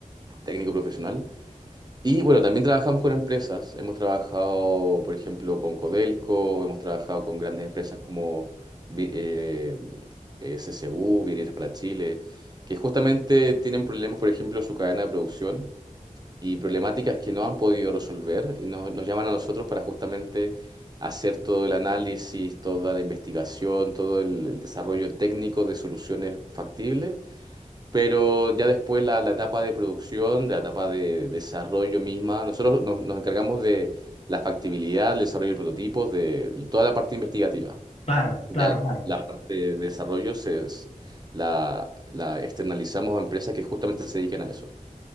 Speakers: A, on the right; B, on the left.
A: técnico profesional. Y bueno, también trabajamos con empresas. Hemos trabajado, por ejemplo, con Codelco, hemos trabajado con grandes empresas como Vi- eh, eh, CCU, Vidrieras para Chile, que justamente tienen problemas, por ejemplo, en su cadena de producción y problemáticas que no han podido resolver. Y nos, nos llaman a nosotros para justamente hacer todo el análisis, toda la investigación, todo el el desarrollo técnico de soluciones factibles pero ya después la, la etapa de producción, de la etapa de desarrollo misma, nosotros nos, nos encargamos de la factibilidad, el desarrollo de prototipos, de toda la parte investigativa.
B: Claro,
A: Ya
B: claro,
A: la,
B: claro.
A: la parte de desarrollo se, es- la, la externalizamos a empresas que justamente se dedican a eso.